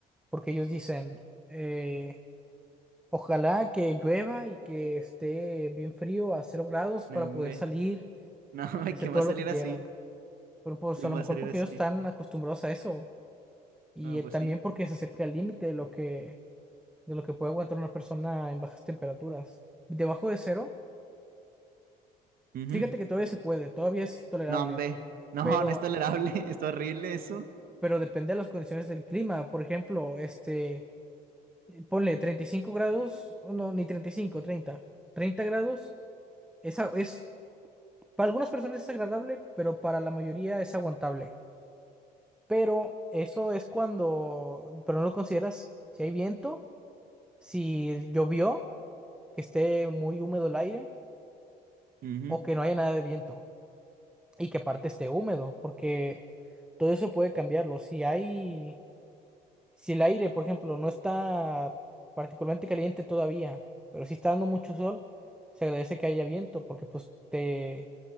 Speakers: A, in the centre; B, on the right.
A: porque ellos dicen, eh, ojalá que llueva y que esté bien frío a cero grados para
B: No, hombre.
A: poder salir,
B: <laughs> No, hombre,
A: hacer
B: ¿quién
A: todo
B: va a salir
A: lo que quieran.
B: así?
A: Pero pues
B: ¿Quién
A: a lo
B: va
A: mejor
B: a salir
A: porque
B: así?
A: ellos están acostumbrados a eso y
B: Ah,
A: eh,
B: pues
A: también
B: sí.
A: porque se acerca al límite de lo que, de lo que puede aguantar una persona en bajas temperaturas. Debajo de cero,
B: Ujú.
A: fíjate que todavía se puede, todavía es tolerable,
B: No, hombre. No,
A: pero,
B: no es tolerable. <laughs> Es horrible eso.
A: pero depende de las condiciones del clima. Por ejemplo, este... eh, ponle 35 grados, o no, ni 35, 30, 30 grados, esa es, para algunas personas es agradable, pero para la mayoría es aguantable. Pero eso es cuando, pero no lo consideras si hay viento, si llovió, que esté muy húmedo el aire,
B: Ujú.
A: o que no haya nada de viento, y que aparte esté húmedo, porque todo eso puede cambiarlo. Si hay Si el aire, por ejemplo, no está particularmente caliente todavía, pero si está dando mucho sol, se agradece que haya viento porque pues te,